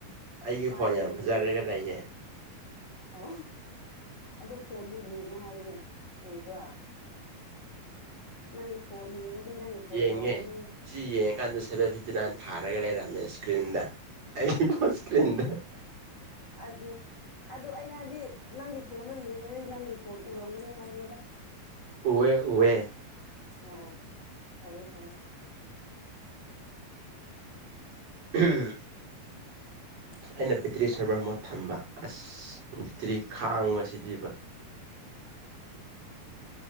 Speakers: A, on the right (about 45°); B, on the left (about 30°).
A: ꯑꯩꯒꯤ
B: ꯄꯥꯏꯔꯗꯤ
A: ꯐꯣꯟ ꯌꯥꯝ ꯐꯖꯔꯒ
B: ꯌꯦꯡꯉꯣ ꯍꯥꯏꯕ
A: ꯂꯩꯌꯦ
B: ꯑꯣ ꯑꯗꯨ ꯐꯣꯟꯗꯣ ꯌꯦꯡꯉꯣ ꯍꯥꯏꯕꯅꯦ ꯎꯕ꯭ꯔ ꯅꯪꯒꯤ ꯐꯣꯟ ꯌꯦꯡꯉꯗꯤ ꯅꯪꯒꯤ ꯐꯣꯟ
A: ꯌꯦꯡꯉꯦ
B: ꯎꯔꯝꯒꯅꯤ
A: ꯁꯤ ꯌꯦꯡꯉꯀꯥꯟꯗ ꯁꯚꯦꯟ ꯐꯤꯞꯇꯤ ꯅꯥꯏꯟ ꯊꯥꯔꯒ ꯂꯩꯔꯝꯃꯦ ꯏꯁꯀ꯭ꯔꯤꯟꯗ ꯑꯩꯒꯤ ꯐꯣꯟ ꯏꯁꯀ꯭ꯔꯤꯟꯗ
B: ꯑꯗꯨ ꯑꯗꯨ ꯑꯩꯅ ꯍꯥꯏꯕꯗꯤ ꯅꯪꯒꯤ ꯐꯣꯟꯗꯣ ꯌꯦꯡꯉꯗꯤ ꯅꯪꯒꯤ ꯐꯣꯟ ꯎꯔꯝꯒꯅꯤ ꯍꯥꯏꯕꯅꯤꯗ
A: ꯎꯌꯦ ꯎꯌꯦ
B: ꯑꯣ ꯐꯔꯦ ꯐꯔꯦ
A: ꯎꯝ
B: <unintelligible>
A: ꯑꯩꯅ ꯕꯦꯇ꯭ꯔꯤ ꯁꯦꯚꯔ ꯃꯣꯠ ꯊꯝꯕ ꯑꯁ ꯕꯦꯇ꯭ꯔꯤ ꯈꯥꯡꯕꯁꯤꯗꯤ
B: <unintelligible>